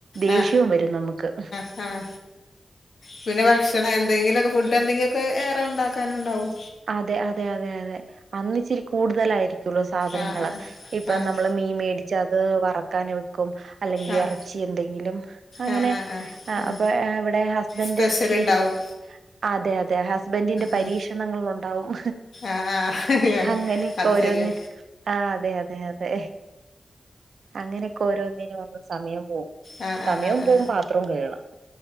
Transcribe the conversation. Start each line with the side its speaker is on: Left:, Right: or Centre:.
Right: ദേഷ്യോം
Left: ആ
Right: വരും നമ്മക്ക്.
Left: ആഹ്, പിന്നെ വേ ഭക്ഷണം എന്തെങ്കിലൊക്കെ ഫുഡെന്തെങ്കിലൊക്കെ ഏറെ ഉണ്ടാക്കാനൊണ്ടാവും.
Right: അതെ അതെ അതെ അതെ അന്നിച്ചിരി കൂടുതലായിരി ക്കുള്ളു സാധനങ്ങള്.
Left: ആഹ് ആഹ്
Right: ഇപ്പ നമ്മള് മീൻ മേടിച്ച അത് വറക്കാനൊടുക്കും അല്ലെങ്കി
Left: ആഹ്
Right: എറ ച്ചി എന്തെങ്കിലും അങ്ങനെ
Left: ആഹ് ആഹ് ആഹ് ആഹ് ഉം
Right: അപ്പ ഇവിടെ ഹസ്ബന്റ്
Left: സ്പെഷ്യൽ
Right: ബിരി
Left: ഉണ്ടാവും
Right: അതെ അതെ ഹസ്ബന്റിന്റെ പരീക്ഷണങ്ങളൊണ്ടാവും.
Left: ഉം ആഹ് ആഹ്
Right: അങ്ങനെയൊക്കൊരോന്ന്
Left: അത് ശരിയാ
Right: ആഹ് അതെ അതെ അതെ. അങ്ങനെക്കോരോന്നിനും വന്ന് സമയം പോവും.
Left: ആഹ് ആഹ്
Right: സമയോം പോവും
Left: ആഹ് ആഹ്
Right: പാത്രോം കഴ്കണം.